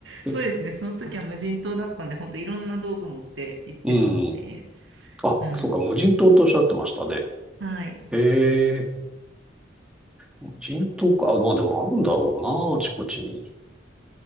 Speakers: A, on the right; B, in the centre.
A: そうですね。
B: な。<laughs>
A: その時は無人島だったんで、本当いろんな道具持って行ってたので、
B: うん。あ、
A: うん。
B: そっか、無人島とおっしゃってましたね。
A: はい。
B: へえ、無人島か。あ、まあでもあるんだろうな、あちこちに。